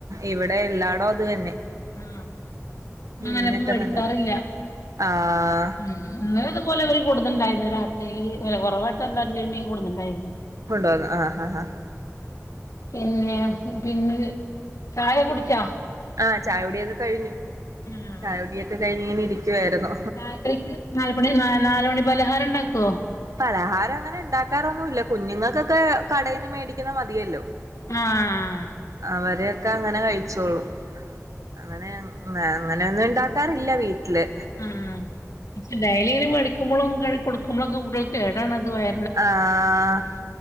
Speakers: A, on the right (about 80°); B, on the left (about 75°).
A: ഇവിടെ എല്ലായിടോ അത് തന്നെ
B: ആഹ്
A: മീനൊക്കെ
B: അങ്ങനെപ്പോ പേടിക്കാറില്ല
A: നല്ലത് ആഹ്
B: ഉം അന്നേ അതുപലെ അവര് കൂടുന്നുണ്ടായിരുന്നു രാത്രി വില കുറവായിട്ട് എല്ലമ കൂടുന്നുണ്ടായിരുന്നു
A: കൊണ്ടോന്ന ആഹ ആഹ ആഹ്
B: പിന്നെ പിന്നെ ചായെ കുടിച്ചാ
A: ആഹ് ചായോടിയൊക്കെ കഴിഞ്ഞു
B: ആഹ്
A: ചായൊടിയൊക്കെ കഴിഞ്ഞ ഇങ്ങനെ ഇരിക്കുവായിരുന്ന
B: രാത്രിക്ക് നാല് മണി നാലുമണി പലഹാരം ഉണ്ടാക്കുവോ
A: പലഹാരം അങ്ങനെ ഉണ്ടാക്കാറൊന്നുമല്ല കുഞ്ഞുങ്ങൾക്കൊക്കെ കടയിൽന്ന് മേടിക്കുന്ന മതിയല്ലോ
B: ആഹ്
A: അവരൊക്കെ അങ്ങനെ കഴിച്ചോളൂ അങ്ങനെ ആഹ് അങ്ങനെ ഒന്നും ഉണ്ടാക്കാറില്ല വീട്ടില്
B: ആഹ് പക്ഷെ ഡയലി ഇങ്ങനെ മെഡിക്കുമ്പോഴും കഴി കൊടുക്കുമ്പോക്കെ കൂട്ടികൾ കേടാണ്ണത് വയ
A: ആഹ്